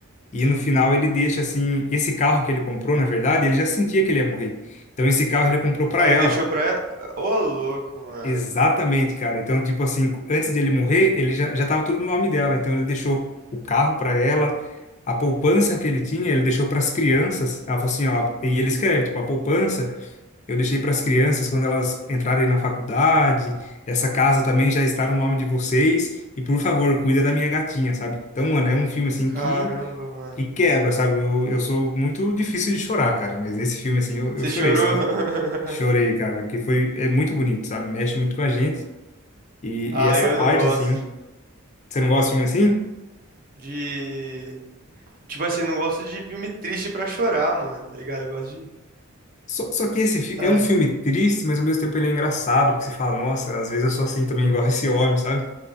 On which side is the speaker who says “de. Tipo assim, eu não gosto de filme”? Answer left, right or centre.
Right